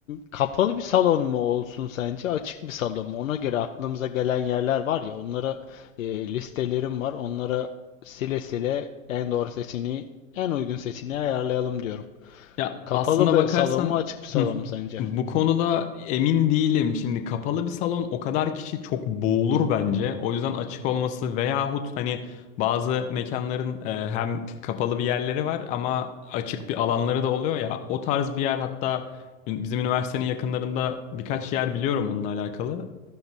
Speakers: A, on the left; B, on the left.
A: kapalı bir salon mu olsun sence? Açık bir salon mu? Ona göre aklımıza gelen yerler var ya onlara e, listelerim var. Onlara sile sile en doğru seçeneği, en uygun seçeneği ayarlayalım diyorum.
B: Ya
A: Kapalı
B: aslında
A: bir
B: bakarsan
A: salon mu, açık bir salon
B: hı,
A: mu sence?
B: bu konuda emin değilim. Şimdi kapalı bir salon o kadar kişi çok boğulur bence. O yüzden açık olması veyahut hani bazı mekanların e, hem kapalı bir yerleri var ama açık bir alanları da oluyor ya. O tarz bir yer hatta bizim üniversitenin yakınlarında birkaç yer biliyorum onunla alakalı.